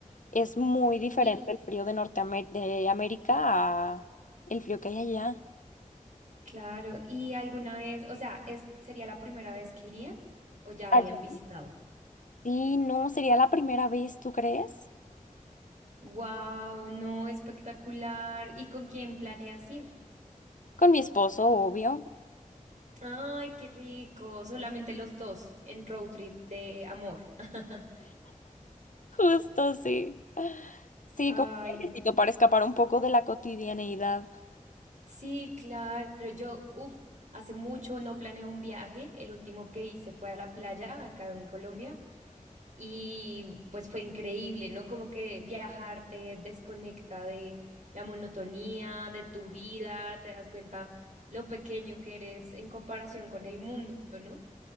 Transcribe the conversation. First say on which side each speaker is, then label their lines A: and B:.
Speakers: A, on the left; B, on the right.
A: Es muy diferente
B: Y
A: el frío de Norteamérica, de América a el frío que hay allá.
B: claro, ¿y alguna vez, o sea, es, sería la primera vez que irían o ya
A: Allá.
B: habían visitado?
A: Sí, no, sería la primera vez, ¿tú crees?
B: Wow, no, espectacular. ¿Y con quién planeas ir?
A: Con mi esposo, obvio.
B: Ay, qué rico. Solamente los dos en road trip de amor. <laughs>
A: Justo, sí. Sí,
B: Ay,
A: como un viajecito para escapar un poco de la cotidianeidad.
B: sí, claro. Yo, uff, hace mucho no planeé un viaje. El último que hice fue a la playa acá en Colombia. Y pues fue increíble, ¿no? Como que viajar te desconecta de la monotonía, de tu vida, te das cuenta lo pequeño que eres en comparación con el mundo, ¿no?